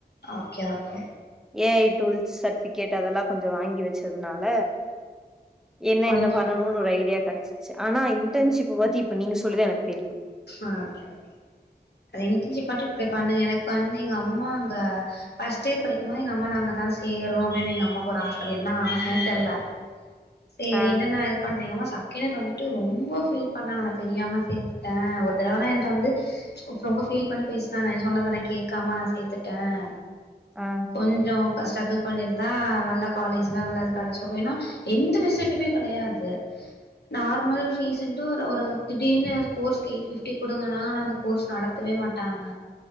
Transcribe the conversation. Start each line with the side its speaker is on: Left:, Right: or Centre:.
Left: okay okay
Centre: A I tools சட்விக் கேட்ட அதெல்லா கொஞ்ச வாங்கி வச்சதுனால என்ன
Left: கொஞ்சோ
Centre: ன்ன வ ன்னுடு ஒரு ஐடியா கெடச்சு ஆனா இன்டர்ன்ஷிப் பத்தி இப்ப நீங்க சொல்லி தான் எனக்கு தெரியும்
Left: ஓகே ஓகே அது இன்டர்ன்ஷிப் மட்டும் இப்டி பண்ணு எனக்கு வந்து எங்க அம்மா அங்க ப்ஸ்ட் எ படிக்கும் போது எங்க அம்மா நாங்கதான் சேறோன்னோம் அப்படின்னு எங்க அம்மாக்கு ஒரு ஆசை என்ன ஆசைனே தெர்ல செரின்ட்டு
Centre: ஆ
Left: நான் இது பண்டே எங்கம்மா சக் கிணர்ல வந்துட்டு ரொம்ப ஃபீல் பண்ணாங்க தெரியாம சேர்த் ஹேன் ஒரு தடவ னா என்ட்ட வந்து ரொம்ப ஃபீல் பண்ணி பேசுனாங்க நீ சொன்னத நான் கேக்காம நான் சேர்த்துட்டேன்
Centre: ஆ
Left: கொஞ்ச கஸ் டகுல் பண்ணிருந்தா நல்லக் காலேஜ்லாம் நல்ல கடைச்சி இருக்கும் இன்னும் எந்த பெசிலிட்டியுமே கெடையாது நார்மல் ஃபீஸ் ன்டு ஒர் ஒரு திடிர்னு கோர்ஸ்க்கு எயிட் பிப்டி குடுங்கனாங்க ஆனா அந்த கோர்ஸ் நடத்தவே மாட்டாங்க.